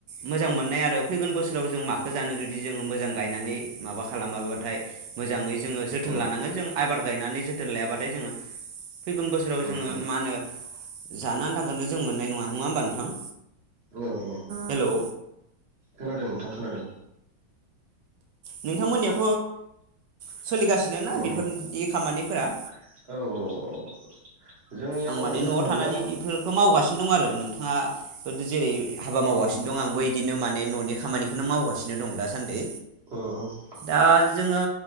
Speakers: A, on the right; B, on the right.
A: मोजां मोननाय आरो फैगोन बोसोराव जों माखौ जानो जुदि जोङो मोजां गायनानै माबा खालामाबाथाय मोजाङै जोङो जोथोन
B: उम
A: लानांगोन जों आबाद गायनानै जोथोन लायाबाथाय जोङो फैगोन बोसोराव
B: उम
A: जोङो मा होनो जानो आनथा नो जों मोननाय नङा होमबा नोंथां
B: औ औ
A: हेलौ
B: खोनादों नोंथां खोनादों
A: नोंथांमोननियाव थ सोलिगासिनो ना
B: उम
A: बेफोरदि
B: उम
A: खामानिफोरा
B: औ औ औ जोंनियाव
A: आं माने
B: जोंहानिया
A: न'आव थानानै बेफोरखौ मावगासिनो सिनो दं आरो नोंथाङा जेरै हाबा मावगासिनो दं आंबो इदिनो माने न'नि खामानिखौनो मावगासिनो दं दासान्दि
B: अ
A: दा जोङो